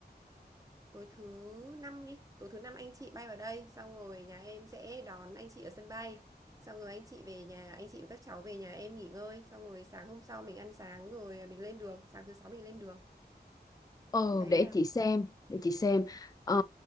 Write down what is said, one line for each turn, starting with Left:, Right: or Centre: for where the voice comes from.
Right: tối thứ năm đi tối thứ năm anh chị bay vào đây xong rồi nhà em sẽ đón anh chị ở sân bay xong rồi anh chị về nhà anh chị và các cháu về nhà em nghỉ ngơi xong rồi sáng hôm sau mình ăn sáng rồi mình lên đường sáng thứ sáu mình lên đường
Left: Ừ
Right: chị thấy
Left: để
Right: nào
Left: chị xem để chị xem ờ,